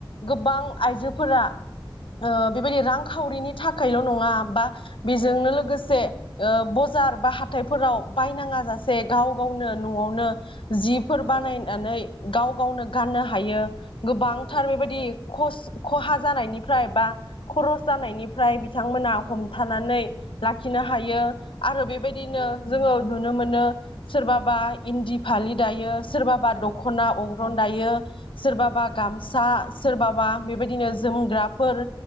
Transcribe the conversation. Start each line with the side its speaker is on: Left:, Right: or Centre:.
Left: गोबां आइजोफोरा ओ बेबायदि
Right: उम
Left: रांखावरिनि थाख खाइल नङा बा बेजोंनो
Right: औ
Left: लोगोसे ओ बजार बा हाथायफोराव बायनाङा जासे गाव गावनो नआवनो जिफोर
Right: औ
Left: बानायनानै गाव गावनो गाननो हायो गोबांथार
Right: औ
Left: बेबायदि खस खहा जानायनिफ्राय बा खरस जानायनिफ्राय बि थांमोना
Right: औ
Left: हमथानानै लाखिनो हायो आरो बेबायदिनो
Right: उम नंगौ
Left: जोङो नुनो मोनो सोरबाबा इन्दि फालि दायो सोरबाबा
Right: औ
Left: दखना अर रन दायो सोरबाबा
Right: औ
Left: गामसा सोरबाबा
Right: उम
Left: बेबायदिनो जोमग्राफोर